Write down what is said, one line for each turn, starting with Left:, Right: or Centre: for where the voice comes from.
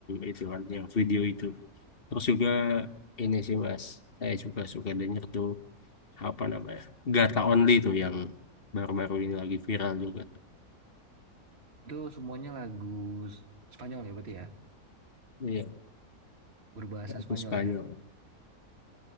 Left: itu kan yang video itu terus juga ini sih mas saya juga suka denger tuh apa namanya Gata Only tuh yang baru-baru ini lagi viral juga
Right: Itu semuanya lagu Spanyol ya berarti ya?
Left: iya
Right: Berbahasa
Left: lagu
Right: Spanyol
Left: Spanyol
Right: ya?